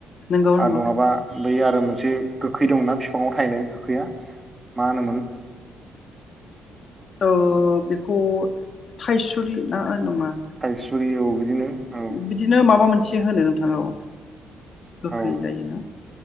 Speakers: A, on the left; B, on the right.
A: नंगौ नंगौ
B: आरो नङाबा बै आरो मोनसे गोखै दंना फिफांआव थायनाय गोखैया मा होन
A: औ बेखौ थाइससु सुरि ना नङा
B: थाइसुरि औ बिदिनो औ
A: बिदिनो माबा मोन एसे होनो नोंथां औ गोखै
B: औ
A: जायोना